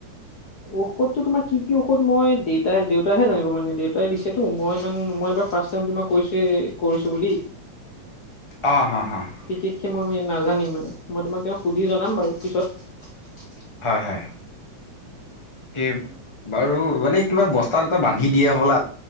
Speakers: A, on the left; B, on the left.
A: ঔষধ তো তোমাৰ কি কি ঔষধ মই দেউতাই দেউতাইাহে জানিব মানে দেউতাই দিছেতো মই ইমান মইবাৰ ফাৰ্ষ্টটাইম তোমাক কৈছে কৰিছো বুলি
B: <inaudible> অ' হ হ
A: বিশেষকে মই নাজানিম মানে। মই তোমাক তেওঁক সুধি জনাম বাৰু পিছত।
B: হয়, হয়, কি বাৰু মানে কিবা বস্তা এটা বান্ধি দিয়া হ'ল